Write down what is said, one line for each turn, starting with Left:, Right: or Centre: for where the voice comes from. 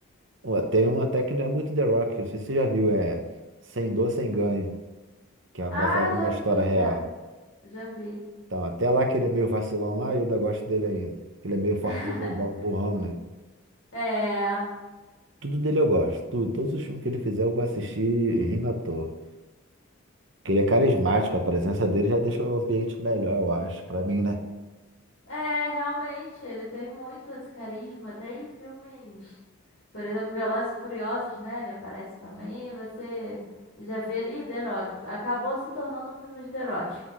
Right: Ué, tem um até que não é muito The Rock, eu sei se você já viu, é Sem Dor, Sem Ganho, que é
Left: Ah,
Right: baseado
Left: já
Right: numa
Left: vi,
Right: história real.
Left: já. Já vi.
Right: Então, até lá que ele é meio vacilão lá, eu ainda gosto dele ainda. Ele é meio fortão,
Left: <laughs>
Right: bobão, burrão, né?
Left: É,
Right: Tudo dele eu gosto. Tudo, todos os filmes que ele fizer eu vou assistir rindo à toa. Porque ele é carismático, a presença dele já deixa o ambiente melhor, eu acho, pra mim, né?
Left: é, realmente, ele tem muito esse carisma. Tem filmes, por exemplo, Velozes e Furiosos, né? Ele aparece também. e Você já vê ali The Rock. Acabou se tornando um filme de The Rock.